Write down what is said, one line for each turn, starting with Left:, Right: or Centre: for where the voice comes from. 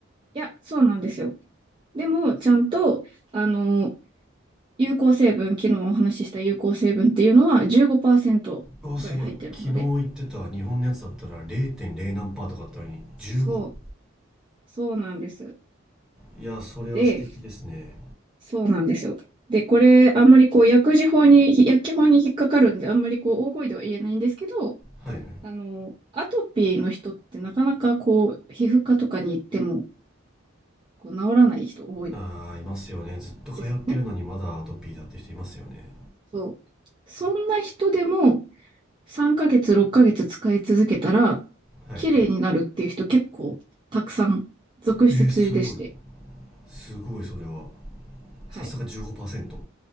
Right: いや、そうなんですよ。でも、ちゃんと、あの有効成分、昨日お話しした有効成分っていうのは15%
Centre: あすごい昨日言ってた日本のやつだったら0.0何パーとかあったのに15
Right: ぐらい入ってるので。そう、そうなんです。
Centre: いやそれは素敵ですね
Right: で、そうなんですよ。で、これ、あんまりこう、薬事法に、薬機法に引っかかるんで、あんまりこう、大声では言えないんですけど、
Centre: はいはい
Right: あの、アトピーの人ってなかなかこう、皮膚科とかに行っても、こう、治らない人多い
Centre: ああいますよねずっと通ってるのにまだアトピーだって人いますよね
Right: ですよね。そう。そんな人でも、3ヶ月、6ヶ月使い続けたら、
Centre: はいはい
Right: 綺麗になるっていう人結構たくさん続出でして。
Centre: えー、すごいすごいそれは
Right: はい。
Centre: さすが15%